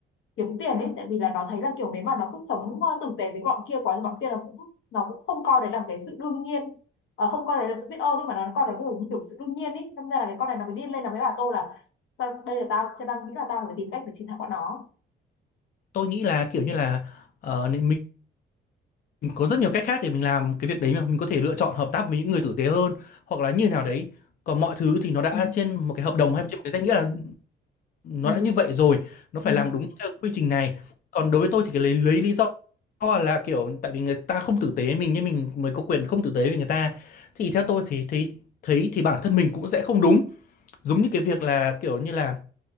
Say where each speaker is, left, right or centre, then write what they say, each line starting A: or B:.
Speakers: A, on the left (about 80°); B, on the left (about 45°).
A: kiếm tiền ấy tại vì là nó thấy là kiểu nếu mà nó cứ sống tử tế với bọn kia quá thì bọn kia nó cũng nó cũng không coi đấy là cái sự đương nhiên Ờ, không coi đấy là sự biết ơn ấy mà nó coi đấy kiểu như kiểu sự đương nhiên ấy Thế nên là cái con này nó mới điên lên nó mới bảo tôi là "Tao- đây là tao chưa đang nghĩ là tao phải tìm cách để chiến thắng bọn nó
B: tôi nghĩ là kiểu như là ờ, nên mình có rất nhiều cách khác để mình làm cái việc đấy mà mình có thể lựa chọn hợp tác với những người tử tế hơn hoặc là như nào đấy còn mọi thứ thì nó đã
A: ừ
B: trên một cái hợp đồng hay trên một cái danh nghĩa nào nó
A: ừ
B: đã như vậy rồi nó phải
A: ừ
B: làm đúng theo quy trình này còn đối với tôi thì cái lấy lấy lý do là kiểu tại vì người ta không tử tế mình nên mình mới có quyền không tử tế với người ta thì theo tôi thì thấy thấy thì bản thân mình cũng sẽ không đúng giống như cái việc là kiểu như là